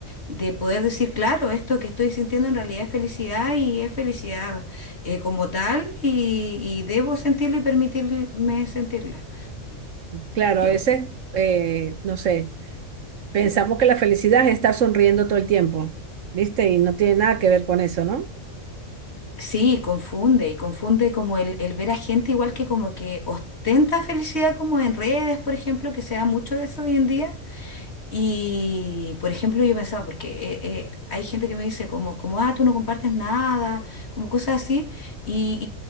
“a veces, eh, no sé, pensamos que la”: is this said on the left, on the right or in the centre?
Right